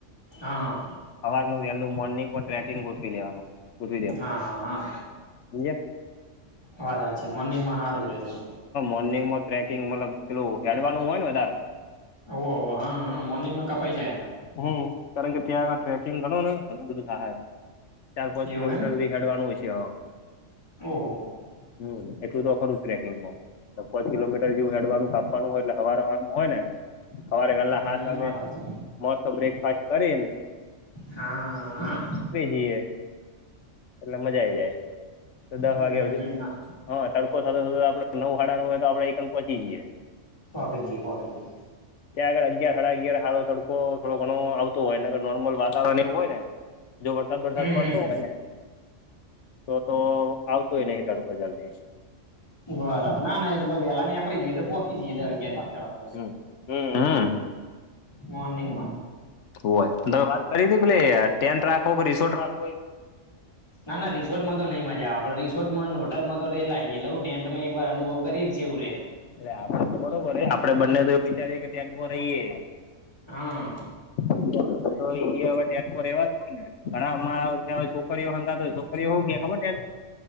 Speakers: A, on the left; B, on the left.
A: હા હા.
B: સવારનું વહેલું મોર્નિંગ ટ્રેકિંગ ગોઠવી લેવાનું. ગોઠવી દેવાનું
A: હા.
B: સમજ્યા
A: વાધા છે મોર્નિંગમાં હારું રે તોડું.
B: મોર્નિંગ ટ્રેકિંગ મતલબ પેલું હેડવાનું હોય ને વધારે.
A: ઓવવ હા હા મોર્નિંગ કપ હ જાય ને.
B: હમ કારણ કે ત્યાં આગળ ટ્રેકિંગ ગણો ને ઘું બધું સહાય ચાર પાંચ
A: એવું
B: કિલોમીટર. ખેડવાનું હોય છે.
A: ઓહ.
B: હમ એટલું તો ખરું ટ્રેકિંગમાં. ચ કિલોમીટર જેવ હેડવાનું કાવાનુંય એટલે હવા હવાનું હોય ને. સવારે ગેલા
A: હમ
B: સાાત વાગે
A: વાત હાચી
B: મોસ્ બ્રેકફાસ્ટ કરીને.
A: હા.
B: જી એટલે મજા આઈ જાય તો
A: હમ
B: દસ વાગ્યા બધી.
A: ના
B: હા તડકો સાથે થ આપડે નવ ખાડાનું હોય તો આપડે એક પણ પહોંચી જયએ.
A: ભબીજીી ભબેજી.
B: ગ અગયા ખડા ગયા. સારો તડકો થોડો ઘણો આવતો હોય ને નોર્મલ વાતાવરણ એવું હોય ને જો. વરસાદ વરસાદ
A: હમ
B: પડતો
A: હમ
B: હોય ને તો તો આવતો હોય નહી તડકો જલ્દી.
A: બરાબર ના ના વેલા નીકળી જઈએ તો પોહકીી જઈએ અગિયાર વાગતા વાગતા તો.
B: હમ હમ
A: મર્નિંગમાંછ.
B: હોયમે વાત કરી હતી પેલે ટેન્ટ રાખવો કે રિસોર્ટ રાખો એવ.
A: ના ના રિસોર્ટ માં તો નઈ મજા આવે આપણે રિસોર્ટમાં હોટલમાં તો રેલાએટલે હ ટેન્ટ માં એક વાર અનુભવ કરીએ જેવું રે.
B: અ આપડે તો બરોબર હ આપડે બંને તો વિચારીએ કે ટેન્ટ રહીએ.
A: હા
B: એ હ ટફર રેવા જ હોુઓ ને ઘણા. છોકરીઓ હંગાતો છોકરીઓ હો ગયા ખબર છે.